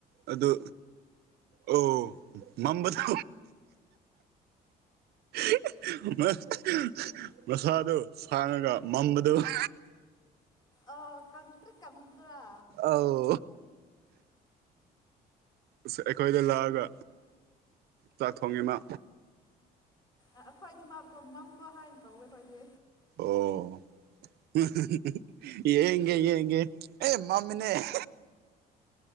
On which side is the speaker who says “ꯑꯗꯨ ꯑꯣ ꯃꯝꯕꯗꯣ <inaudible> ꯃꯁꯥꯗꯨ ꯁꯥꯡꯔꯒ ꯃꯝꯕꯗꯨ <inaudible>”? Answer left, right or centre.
Right